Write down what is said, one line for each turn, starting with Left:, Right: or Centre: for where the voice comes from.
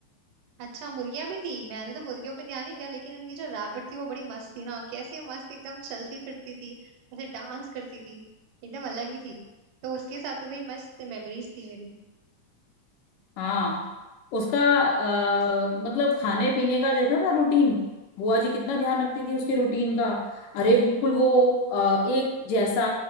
Right: अच्छा मुर्गियां भी थी मैंने तो मुर्गियों पे ध्यान नहीं दिया लेकिन उनकी जो रैबिट थी वो बड़ी मस्त थी ना कैसे मस्त एकदम चलती फिरती थी ऐसे डांस करती थी एकदम अलग ही थी तो उसके साथ तो भाई मस्त मेमोरीज थी मेरी
Left: हाँ उसका आ, मतलब खाने पीने का देखा था रूटीन बुआ जी कितना ध्यान रखती थी उसके रूटीन का अरे बिल्कुल वो अ, एक जैसा